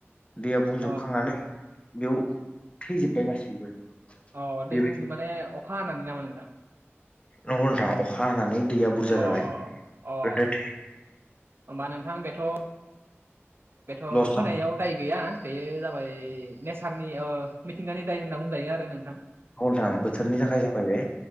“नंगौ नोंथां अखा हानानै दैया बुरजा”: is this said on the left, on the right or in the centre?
Left